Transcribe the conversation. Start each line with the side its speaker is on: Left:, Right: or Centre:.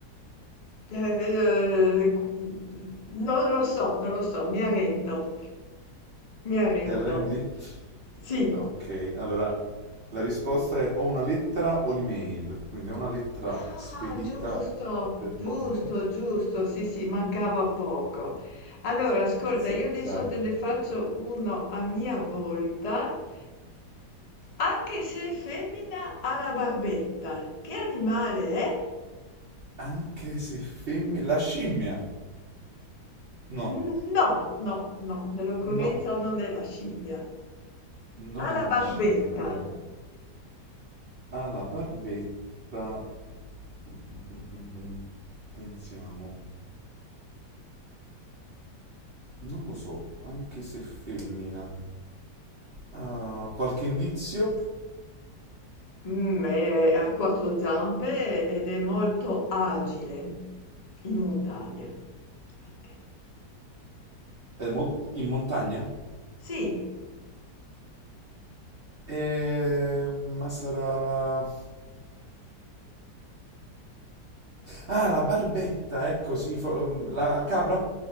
Left: eh, eh, qu- non lo so, non lo so, mi arrendo. Mi arrendo.
Right: Ti arrendi?
Left: Sì.
Right: Ok, allora la risposta è o una lettera o l'email, quindi o una lettera
Left: Ah,
Right: spedita
Left: giusto,
Right: per
Left: giusto,
Right: posta.
Left: giusto, sì, sì, mancava poco. Allora, ascolta,
Right: Se,
Left: io adesso
Right: dai.
Left: te ne faccio uno a mia volta, anche se è femmina ha la barbetta. Che animale è?
Right: Anche se femmina... La scimmia! No,
Left: Mm, No, no, no, nell'occorrenza
Right: no,
Left: non è la scimmia.
Right: non
Left: Ha
Right: è la
Left: la barbetta,
Right: scimmia. Allora, ha la barbetta... Mm, mm, mm, mm, mm. Pensiamo. Non lo so, anche se femmina. Ah, qualche indizio?
Left: Mm, è- ha quattro zampe ed è molto agile in montagna. Anche.
Right: È mo- in montagna?
Left: Sì.
Right: Eh, ma sarà... mm, Ah, la barbetta, ecco, sì, fo- um, la capra?